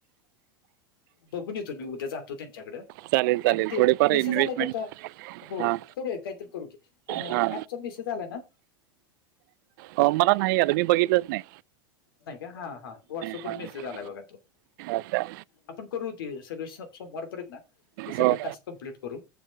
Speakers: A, on the left; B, on the right.
A: बघून येतो मी उद्या जातो त्यांच्याकड
B: चालेल चालेल
A: आणि ते
B: थोडेफार
A: मेसेज
B: इन्व्हेस्टमेंट
A: आला एक आता हो
B: हां
A: करूया कायतर करू की अ हा
B: हां
A: अँप चा मेसेज आला ना
B: अ मला नाही आला मी बघितलंच नाय
A: नाय का हा हा व्हॉट्सअप
B: हां
A: वर मेसेज आलाय बघा तो
B: अच्छा
A: आपण करू ते सगळे स सोमवारपर्यंत ना हे सगळे
B: हो
A: टास्क कंप्लीट करू.